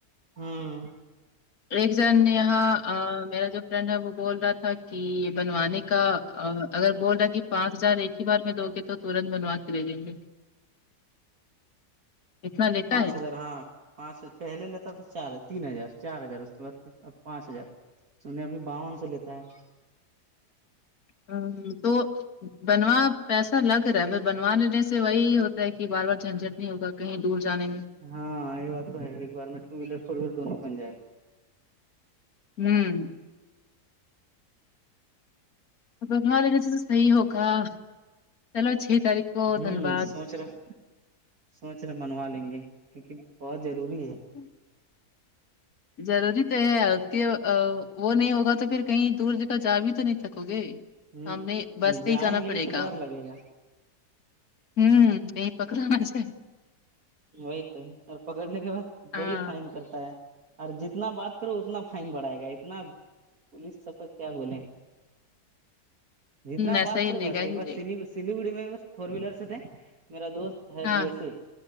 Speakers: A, on the right; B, on the left.
A: ہاں
B: ایک جن یہاں آں میرا جو فرینڈ ہے وہ بول رہا تھا کہ بنوانے کا اگر بول رہا کہ پانچ ہزار ایک ہی بار میں دو گے تو تورنت بنوا کے دے دیں گے اتنا لیتا
A: پانچ
B: ہے
A: ہزار ہاں پانچ پہلے لیتا تھا چار تین ہزار چار ہزار اس کے بعد اب پانچ ہزار سنیں ابھی باون سو لیتا ہے
B: ہا تو بنوا پیسہ لگ رہا ہے ب بنوا لینے سے وہی ہوتا ہے کہ بار بار جھنجٹ نہیں ہوگا کہیں دور جانے میں
A: ہاں یہ بات تو ہے ایک بار میں ٹو ویلر فور ویلر دونوں پن جائے گا
B: ہوں بنوا لینے سے تو صحیح ہوگا چلو چھ تاریخ کو
A: ہوں
B: دھنباد
A: سوچ رہے سوچ رہے بنوا لیں گے کیونکہ بہت ضروری ہے
B: ہی ضروری تو ہے کہ وہ نہیں ہوگا تو پھر کہیں دور کا جا بھی تو نہیں سکو گے
A: ہ
B: ہم نے بس
A: جائیں
B: سے ہی جانا
A: گے
B: پڑے
A: بھی تو
B: گا
A: ڈر لگے گا
B: ہوں کہیں پکڑا نا جاے
A: وہی تو اور پکڑنے کے بعد
B: ہاں
A: بڑی فائن
B: ہ
A: کرتا ہے اور جتنا بات کرو اتنا فائن بڑھائے گا اتنا پولیس سب کا کیا بولے جتنا
B: ایسا
A: بات
B: ہی
A: کرے
B: لے
A: بس
B: گا ہی
A: ایک بار
B: لے
A: سلی
B: گا
A: سلیگڑی میں کچ فور ویلر س تھے میرا دوست ہے
B: ہاں
A: ڈی ایس سی